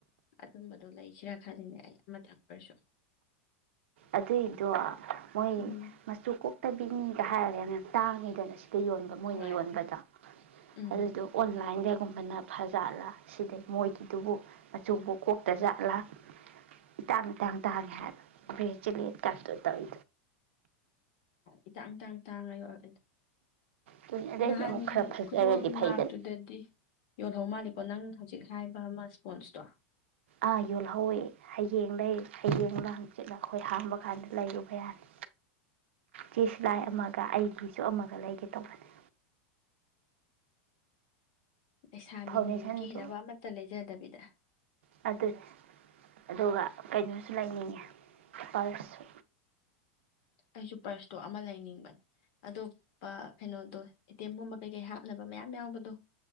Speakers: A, on the left; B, on the right.
A: ꯑ ꯑꯗꯨꯝꯕꯗꯨꯣ ꯂꯩꯥꯏ ꯁꯤꯔꯥ ꯈꯥꯂꯤꯅꯦ ꯑꯩ ꯑꯃ ꯊꯥꯛꯄꯔꯁꯨ
B: ꯑꯗꯨꯏꯗꯣ ꯃꯣꯏ
A: ꯎꯝ
B: ꯃꯆꯨ ꯀꯣꯛꯇꯕꯤꯅꯤꯒ ꯍꯥꯏꯔꯒꯦꯅꯦ ꯇꯥꯡꯅꯤꯗꯅ ꯑꯁꯤ ꯇ ꯌꯣꯟꯕ ꯃꯣꯏꯅ
A: ꯍꯣꯏ
B: ꯌꯣꯟꯕꯗ
A: ꯎꯝ
B: ꯑꯗꯨꯗꯣ ꯑꯣꯟꯂꯥꯏꯟꯗ ꯁꯨꯝꯕꯅ ꯐꯖꯥꯠꯂꯥ ꯁꯤꯗꯩ ꯃꯣꯏꯒꯤꯗꯨꯕꯨ ꯃꯆꯨꯕꯨ ꯀꯣꯛꯇ ꯖꯥꯠꯂ ꯏꯇꯥꯡ ꯏꯇꯥꯡ ꯇꯥꯡꯉꯦ ꯍꯥꯏꯕ ꯕꯤꯖꯂꯤ ꯀꯥꯁꯇꯔꯗꯜ
A: ꯏ ꯇꯥꯡ ꯇꯥꯡ ꯇꯥꯡꯉ ꯌꯣꯦ
B: ꯑꯗꯨꯅꯤ ꯑꯗꯩꯗꯤ
A: ꯅꯍꯥꯟꯒꯤ
B: ꯑꯃꯨꯛ ꯈꯔ ꯐꯖꯔꯗꯤ
A: ꯈꯨꯗꯣꯜ
B: ꯐꯩꯗꯅ
A: ꯃꯔꯛꯇꯨꯗꯗꯤ ꯌꯣꯜꯍꯧ ꯃꯥꯜꯂꯤꯀꯣ ꯅꯪ ꯍꯧꯖꯤꯛ ꯍꯥꯏꯕ ꯑꯃ ꯍꯣꯟ ꯁꯇꯣ
B: ꯑꯥ ꯌꯣꯜꯍꯧꯋꯤ ꯍꯌꯦꯡ ꯂꯩ ꯍꯌꯦꯡꯗꯪꯆꯤꯠꯂ ꯑꯩꯈꯣꯏ ꯍꯥꯡꯕ ꯀꯥꯟꯗ ꯂꯩꯔꯨꯕ ꯌꯥꯅꯤ ꯆꯦꯁꯂꯥꯏ ꯑꯃꯥꯡ ꯒ ꯑꯩꯒꯤꯁꯨ ꯑꯃꯒ ꯂꯩꯒꯦ ꯇꯧꯒꯅꯤ
A: ꯂꯩꯁꯥꯃꯤꯅꯤ
B: ꯐꯥꯎꯟꯗꯦꯁꯟꯗꯣ
A: ꯀꯦꯅꯕ ꯑꯃꯇ ꯂꯩꯖꯗꯕꯤꯗ
B: ꯑꯗꯨꯅꯤ ꯑꯗꯨꯒ ꯀꯩꯅꯣꯁꯨ ꯂꯩꯅꯤꯡꯉꯦ ꯄꯔꯁꯁꯨ
A: ꯑꯩꯁꯨ ꯄꯔꯁꯇꯣ ꯑꯃ ꯂꯩꯅꯤꯡꯕꯅꯦ ꯑꯗꯣ ꯀꯩꯅꯣꯗꯣ ꯑꯦꯇꯤ ꯑꯦꯝꯒꯨꯝꯕ ꯀꯩꯀꯩ ꯍꯥꯞꯅꯕ ꯃꯌꯥꯝ ꯌꯥꯎꯕꯗꯣ